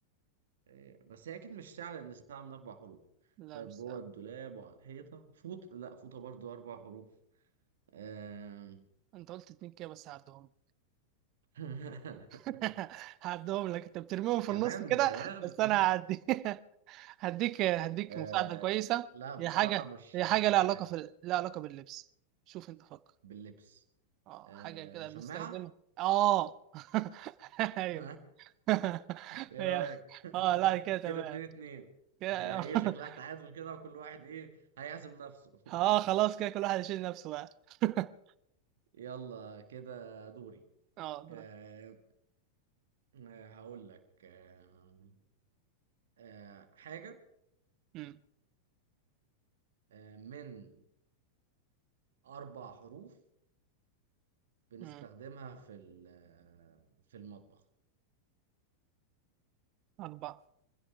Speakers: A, on the right (about 60°); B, on the right (about 40°).
A: إيه، بس هي اكيد مش ساعة لان ساعة من اربع حروف
B: لا
A: طيب
B: مش
A: جوه
B: سهل
A: الدولاب وعلى الحيطة فوط لا فوطة برضو اربع حروف آم،
B: انت قلت اتنين كده بس هعدهم
A: <laughs>
B: <laughs> هعدهم لك انت بترميهم في
A: كمان
B: النص كده
A: كمان
B: بس انا هعدي <laughs> هديك هديك
A: <laughs> آه،
B: مساعده كويسه
A: لا بصراحة
B: هي حاجه
A: مش
B: هي حاجه
A: مش
B: لها علاقه
A: عارف
B: في لها علاقه باللبس شوف انت فكر
A: باللبس
B: اه
A: آه،
B: حاجه كده
A: شماعة
B: بنستخدمها اه <laughs> ايوه
A: <laughs>
B: <laughs>
A: ايه
B: هي
A: رأيك
B: اه لا
A: <laughs>
B: كده تمام
A: كده اتنين اتنين
B: كده
A: هي ايه
B: <laughs>
A: شكلها تعادل كده وكل واحد ايه هيعزم نفسه <laughs>
B: اه خلاص كده كل واحد يشيل نفسه بقى <laughs>
A: يلا كده دوري
B: اه دور
A: آه، آه، هقول لك آه، آه، حاجة
B: امم
A: آه، من أربع حروف بنستخدمها
B: امم
A: في ال- آه، في المطبخ
B: اربعه